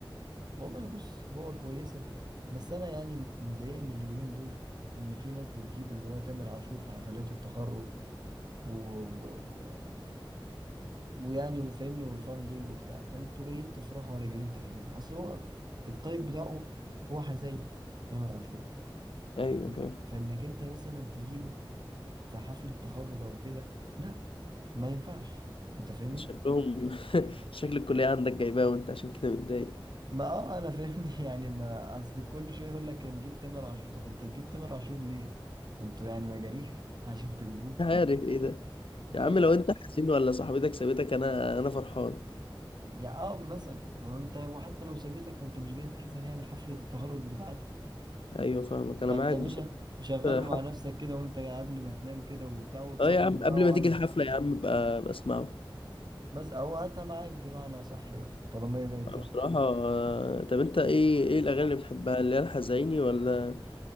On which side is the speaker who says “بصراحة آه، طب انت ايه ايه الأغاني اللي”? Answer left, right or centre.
Left